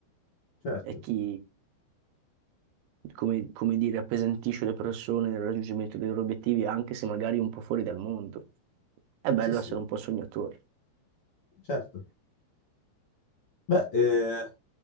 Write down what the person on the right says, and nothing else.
e chi come, come dire, appesantisce le persone nel raggiungimento dei loro obiettivi, anche se magari un po' fuori dal mondo. È bello
essere un po' sognatori.